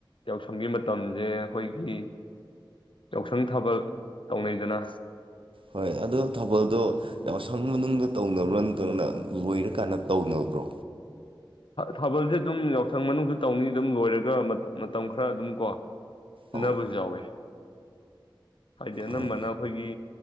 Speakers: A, on the left; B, on the right.
A: ꯌꯥꯎꯁꯪꯒꯤ ꯃꯇꯝꯁꯦ ꯑꯩꯈꯣꯏꯒꯤ ꯌꯥꯎꯁꯪ ꯊꯕꯛ ꯇꯧꯅꯩꯗꯅ
B: ꯍꯣꯏ ꯑꯗꯣ ꯊꯥꯕꯜꯗꯣ ꯌꯥꯎꯁꯪ ꯃꯅꯨꯡꯗ ꯇꯧꯅꯕ꯭ꯔꯣ ꯅꯠꯇꯧꯅ ꯂꯣꯏꯔꯀꯥꯟꯗ ꯇꯧꯅꯕ꯭ꯔꯣ
A: ꯊꯥꯕꯜꯁꯦ ꯑꯗꯨꯝ ꯌꯥꯎꯁꯪ ꯃꯅꯨꯡ ꯇꯧꯅꯤ ꯑꯗꯨꯝ ꯂꯣꯏꯔꯒ ꯃꯇꯝ ꯈꯔ ꯑꯗꯨꯝ ꯀꯣ ꯁꯤꯟꯅꯕꯁꯨ
B: ꯑꯧ
A: ꯌꯥꯎꯋꯦ ꯍꯥꯏꯗꯤ ꯑꯅꯝꯕꯅ
B: ꯑꯥ
A: ꯑꯩꯈꯣꯏꯒꯤ